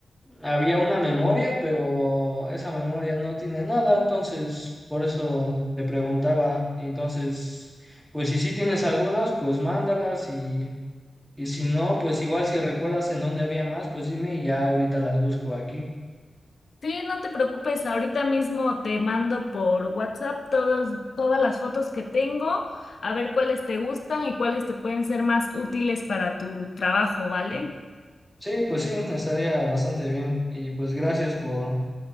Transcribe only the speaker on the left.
Sí, no te preocupes, ahorita mismo te mando por WhatsApp todas, todas las fotos que tengo, a ver cuáles te gustan y cuáles te pueden ser más útiles para tu trabajo, ¿vale?